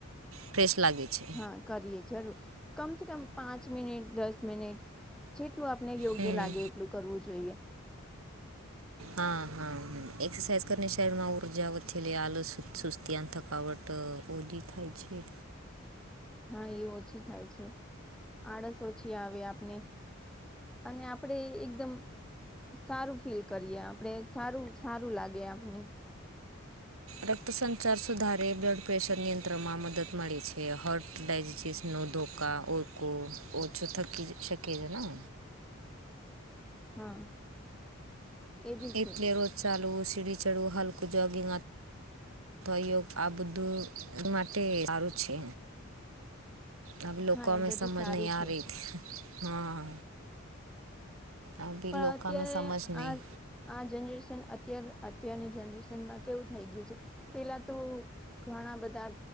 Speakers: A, on the right (about 80°); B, in the centre.
A: ફ્રેશ લાગે. છે
B: હા કરીએ જરૂર. કમ સે કમ પાંચ મિનિટ, દસ મિનિટ જેટલું આપને યોગ્ય
A: હમ
B: લાગે એટલું કરવું જોઈએ.
A: હા હા. એક્સરસાઇઝ કરિને શરીરમાં ઉર્જા વથેલી આલસ, સુસ્તી અન થકવટ ઓજી થાય છે.
B: હા એ ઓછી થાય છે. આળસ ઓછી આવે આપને. અને આપડે એકદમ સારું ફીલ કરીએ આમ આપણે સારું સારું લાગે આપને.
A: રક્તસંચાર સુધારે બ્લડ પ્રેશર નિયંત્રણમાં મદદ મળે છે, હર્ટ ડાયજટીસ નો ધોકા ઓળકો, ઓછું થકી જ શકે જ ન?
B: હા. એ બી
A: એટલે
B: છે
A: રોજ ચાલવું, સીડી ચડવું, હલકું જોગિંગ આ ભ યોગ આ બધું માટે સારું છે. આબે લોકો
B: હા એ
A: મે
B: બધું
A: સમજ
B: સારું
A: નહી આ
B: છે
A: રહી, હા. આ બી
B: પણ
A: લોકો
B: અત્યારે
A: અમે સમજ નહીં
B: આ આ જનરેશન અત્યારે અત્યારની જનરેશન માં કેવું થઈ ગ્યું છે, પેલા તો ઘણા બધા